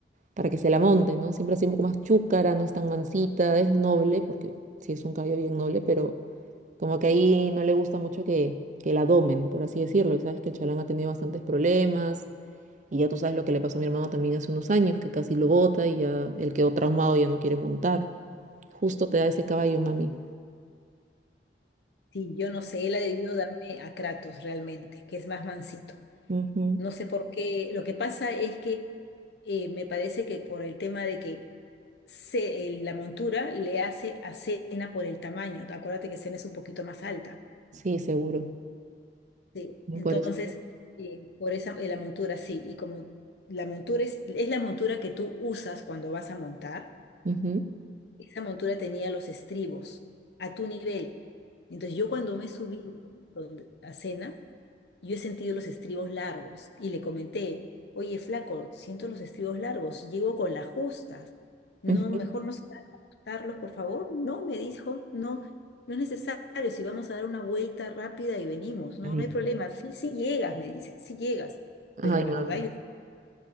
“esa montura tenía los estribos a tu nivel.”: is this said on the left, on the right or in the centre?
Left